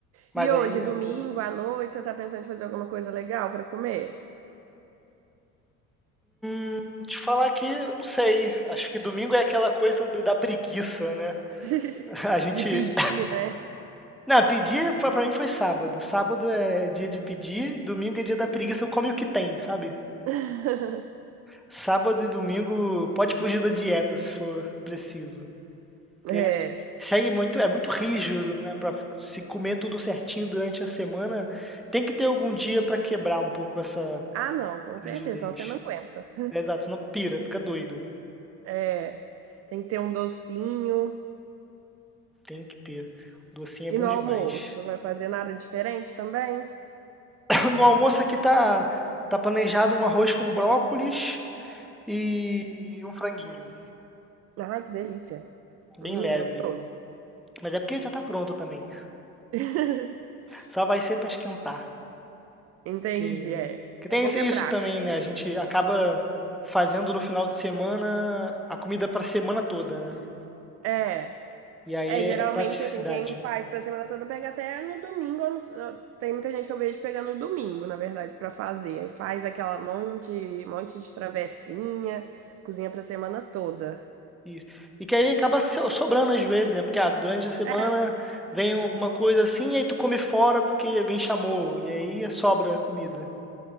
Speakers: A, in the centre; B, on the right (about 35°).
A: Mas
B: E hoje,
A: aí.
B: domingo à noite, você tá pensando em fazer alguma coisa legal pra comer?
A: hum, Te falar que, eu não sei. Acho que domingo é aquela coisa do- da preguiça, né?
B: <laughs>
A: <laughs> A gente
B: De pedir, né?
A: Não, pedir pra pra mim foi sábado. Sábado é dia de pedir, domingo é dia da preguiça, eu como o que tem, sabe?
B: <laughs>
A: Sábado e domingo pode fugir da dieta se for preciso. Porque
B: É.
A: segue muito, é muito rígido, né? Pra se comer tudo certinho durante a semana, tem que ter algum dia pra quebrar um pouco essa
B: Ah, não, com
A: essa
B: certeza,
A: rigidez.
B: senão você não aguenta.
A: É, Exato, senão pira, fica doido.
B: É. Tem que ter um docinho.
A: Tem que ter. Docinho é bom
B: E no
A: demais.
B: almoço,
A: <coughs>
B: vai fazer nada diferente também?
A: <clears throat> No almoço aqui tá, tá planejado um arroz com brócolis e um franguinho.
B: Ai, que delícia.
A: Bem
B: Hum,
A: leve.
B: gostoso.
A: Mas é porque já tá pronto também.
B: <laughs>
A: Só vai ser pra esquentar.
B: Entendi,
A: Que,
B: é.
A: que tem
B: É bom
A: esse-
B: que
A: isso
B: é prático.
A: também, né? A gente acaba fazendo no final de semana a comida pra semana toda, né?
B: É.
A: E aí
B: É, geralmente,
A: é praticidade.
B: assim, quem faz pra semana toda pega até no domingo. ou no- Tem muita gente que eu vejo pegando no domingo, na verdade, pra fazer. Aí faz aquela monte, monte de travessinha, cozinha pra semana toda.
A: Isso. E que aí acaba so- sobrando às vezes, né? Porque ah, durante a semana
B: É.
A: vem alguma coisa assim, e aí tu come fora porque alguém chamou. E aí sobra a comida.